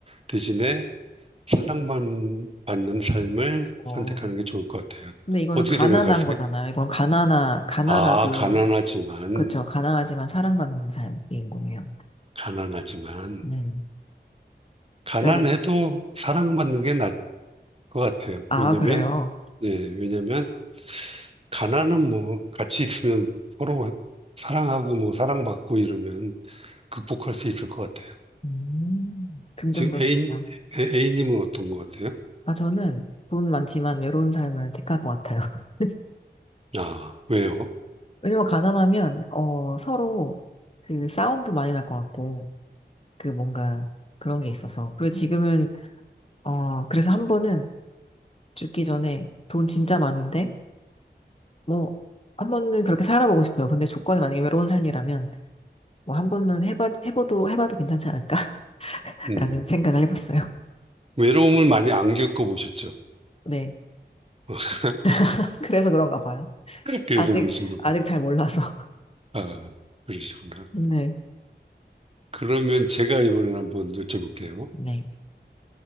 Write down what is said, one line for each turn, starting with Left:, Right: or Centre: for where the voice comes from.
Right: 대신에 사랑만 받는 삶을 선택하는
Left: 어.
Right: 게 좋을 것 같아요.
Left: 근데 이거는
Right: 어떻게
Left: 가난한
Right: 생각하세요?
Left: 거잖아요. 이건 가난하, 가난하고,
Right: 아, 가난하지만,
Left: 그렇죠. 가난하지만 사랑받는 삶인 거예요.
Right: 가난하지만,
Left: 네.
Right: 가난해도
Left: 그러니까 이제,
Right: 사랑받는 게 나을 것 같아요.
Left: 아,
Right: 왜냐면,
Left: 그래요.
Right: 예, 왜냐면, 가난은 뭐, 같이 있으면 서로 사랑하고 뭐, 사랑받고 이러면 극복할 수 있을 것 같아요.
Left: 음, 긍정적이시네요.
Right: 지금 애인, 애- A님은 어떤 것 같아요?
Left: 아, 저는 돈 많지만 외로운 삶을 택할 것 같아요. <laughs>
Right: 아, 왜요?
Left: 왜냐면 가난하면, 어, 서로 그 싸움도 많이 날 것 같고, 그 뭔가 그런 게 있어서. 그리고 지금은, 어, 그래서 한 번은 죽기 전에 돈 진짜 많은데, 뭐, 한 번은 그렇게 살아보고 싶어요. 근데 조건이 만약에 외로운 삶이라면, 뭐 한 번은 해봐, 해봐도, 해봐도 괜찮지 않을까? <laughs>
Right: 음.
Left: 라는 생각을 해봤어요.
Right: 외로움을 많이 안 겪어보셨죠?
Left: 네.
Right: <laughs>
Left: <laughs> 그래서 그런가 봐요.
Right: 그래서
Left: 아직,
Right: 그러신 겁니다.
Left: 아직 잘 몰라서. <laughs>
Right: 아, 그러시구나.
Left: 네.
Right: 그러면 제가 이번에 한번 여쭤볼게요.
Left: 네.